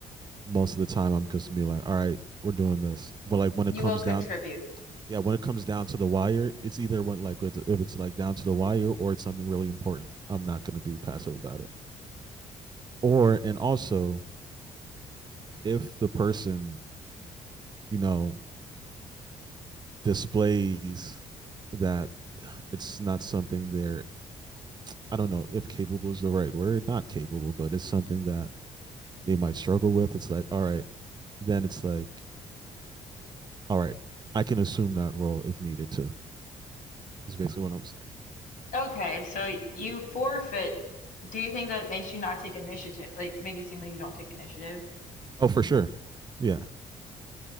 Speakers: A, on the right; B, on the left.
A: most of the time I'm just gonna be like, all right, we're doing this. But like when
B: You
A: it comes
B: will contribute.
A: down, yeah, when it comes down to the wire, it's either when like it's, if it's like down to the wire or it's something really important. I'm not gonna be passive about it. Or and also if the person you know displays that it's not something they're I don't know if capable is the right word, not capable, but it's something that they might struggle with. It's like, all right, then it's like all right, I can assume that role if needed to. Is basically what I'm saying.
B: Okay, so you forfeit. Do you think that it makes you not take initiative? Like make it seem like you don't take initiative?
A: Oh, for sure. Yeah.